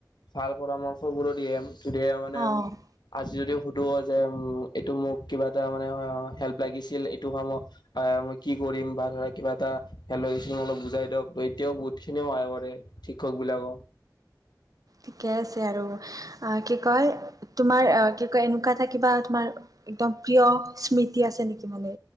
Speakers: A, on the left (about 75°); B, on the right (about 55°).
A: ভাল পৰামৰ্শ বোৰো দিয়ে যদি মানে
B: অ
A: আজি যদি সুধো যে এইটো মোক কিবা এটা মানে হেল্প লাগিছিল এইটো সম মই কি কৰিম বা ধৰা কিবা এটা অলপ বুজাই দিয়ক, এতিয়াও বহুত খিনিও সহায় কৰে শিক্ষ বলাব
B: ঠিকে আছে আৰু, আ কি কয় তোমাৰ কি কয় এনেকুৱা এটা কিবা তোমাৰ একদম প্ৰিয় স্মৃতি আছে নেকি, মানে